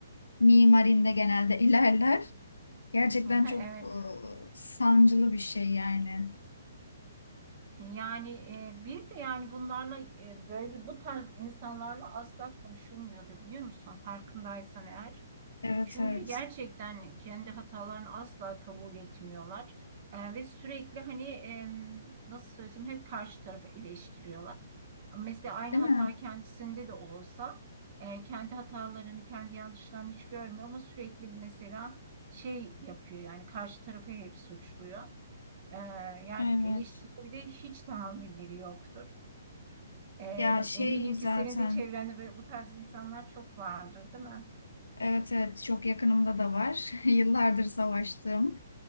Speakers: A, on the left (about 85°); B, on the right (about 45°).
A: Mimarinde genelde ilerler. Gerçekten
B: Aha,
A: çok
B: Evet.
A: e, sancılı bir şey yani.
B: Yani e, bir de yani bunlarla e, böyle bu tarz insanlarla asla konuşulmuyordu biliyor musun? Farkındaysan eğer.
A: Evet
B: Çünkü
A: evet.
B: gerçekten kendi hatalarını asla kabul etmiyorlar. Ee, ve sürekli hani em, nasıl söylesem hep karşı tarafı eleştiriyorlar. Mesela aynı
A: Değil
B: hata
A: mi?
B: kendisinde de olsa e, kendi hatalarını, kendi yanlışlarını hiç görmüyor ama sürekli mesela şey yapıyor yani karşı tarafı hep suçluyor. Ee, yani
A: Evet.
B: eleştiriye bir de hiç tahammülleri yoktur. Ee,
A: Ya şey
B: eminim
A: zaten
B: ki senin de çevrende böyle bu tarz insanlar çok vardır, değil mi?
A: evet evet çok yakınımda da var. <laughs> Yıllardır savaştığım.